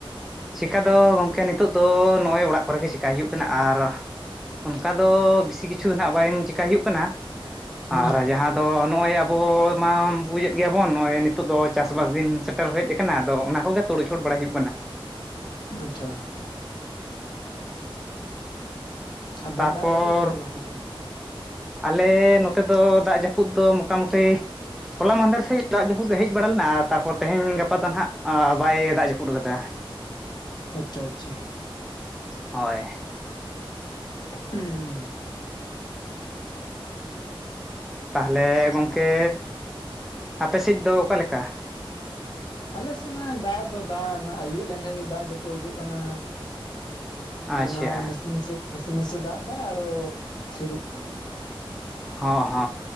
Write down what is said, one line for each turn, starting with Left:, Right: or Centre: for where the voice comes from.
Centre: ᱪᱮᱠᱟ ᱫᱚ, ᱜᱚᱝᱠᱮ, ᱱᱤᱛᱚᱜ ᱫᱚ, ᱱᱚᱜ-ᱚᱭ ᱚᱲᱟᱜ ᱠᱚᱨᱮ ᱜᱮ ᱪᱤᱠᱟᱭ ᱦᱩᱭᱩᱜ ᱠᱟᱱᱟ, ᱟᱨᱼᱼ ᱚᱱᱠᱟ ᱫᱚ ᱵᱤᱥᱤ ᱠᱤᱪᱷᱩ ᱱᱟᱦᱟᱸᱜ ᱵᱟᱝ ᱪᱮᱠᱟᱭ ᱦᱩᱭᱩᱜ ᱠᱟᱱᱟ᱾
Left: ᱦᱮᱸ
Centre: ᱟᱨ ᱡᱟᱦᱟᱸ ᱫᱚ ᱱᱚᱜ-ᱚᱭ ᱟᱵᱚ ᱢᱟ ᱵᱩᱡᱮᱜ ᱜᱮᱭᱟ ᱵᱚᱱ ᱱᱚᱜ- ᱚᱭ ᱱᱤ ᱱᱤᱛᱚᱜ ᱫᱚ ᱪᱟᱥᱼᱵᱟᱥ ᱫᱤᱱ ᱥᱮᱴᱮᱨ ᱦᱮᱡ ᱠᱟᱱᱟ ᱟᱫᱚ ᱚᱱᱟ ᱠᱚᱜᱮ ᱛᱩᱲ ᱪᱷᱩᱲ ᱵᱟᱲᱟᱭ ᱦᱩᱭ
Left: ᱟᱸᱪᱪᱷᱟ᱾ ᱟᱨ
Centre: ᱛᱟᱨᱯᱚᱨ
Left: ᱵᱮᱭᱤ ᱫᱟᱜ ᱡᱟᱹᱯᱩᱜ ᱫᱟᱭ ᱥᱮ ᱵᱟᱝ ᱟᱯᱮ ᱥᱮᱜ ᱫᱚ?
Centre: ᱟᱞᱮ ᱱᱚᱛᱮ ᱫᱚ ᱫᱟᱜ ᱡᱟᱹᱯᱩᱫ ᱫᱚ ᱢᱚᱴᱟᱼᱢᱩᱴᱤ ᱦᱚᱞᱟ ᱢᱟᱦᱸᱫᱮᱨ ᱥᱮᱡ ᱫᱟᱜ ᱡᱟᱯᱩᱫ ᱦᱮᱡ ᱵᱟᱲᱟ ᱞᱮᱱᱟ ᱟᱨ ᱛᱟᱨᱯᱚᱨ ᱛᱮᱦᱮᱧ ᱜᱟᱯᱟ ᱫᱚ ᱱᱟᱦᱟᱸᱜ ᱚᱸᱻ ᱵᱟᱭ ᱫᱟᱜ ᱡᱟᱯᱩᱫ ᱟᱠᱟᱫᱟ᱾
Left: ᱟᱪᱪᱷᱟ ᱟᱪᱪᱷᱟ᱾
Centre: ᱦᱚᱭ᱾
Left: ᱩᱸ᱾
Centre: ᱛᱟᱦᱚᱞᱮ ᱜᱚᱝᱠᱮ ᱟᱯᱮ ᱥᱮᱡ ᱫᱚ ᱚᱠᱟ ᱞᱮᱠᱟ?
Left: ᱟᱞᱮᱥᱮᱡ ᱱᱚᱜᱼᱚᱭ ᱫᱟᱜ ᱫᱚ ᱫᱟᱜ ᱟᱭᱩᱵ ᱞᱮᱱᱠᱷᱟᱱ ᱜᱮ ᱫᱟᱜ ᱡᱟᱹᱯᱩᱫ ᱦᱤᱡᱩᱜ ᱠᱟᱱᱟ᱾
Centre: ᱟᱪᱪᱷᱟ
Left: ᱟᱨ ᱱᱚᱸᱜᱚᱭ ᱱᱟᱥᱮ ᱱᱟᱥᱮ ᱱᱟᱥᱮ ᱱᱟᱥᱮ ᱫᱟᱜ ᱫᱟᱭ ᱟᱨᱚ ᱛᱷᱤᱨᱚᱜ ᱠᱟᱱᱟ᱾
Centre: ᱦᱚᱸ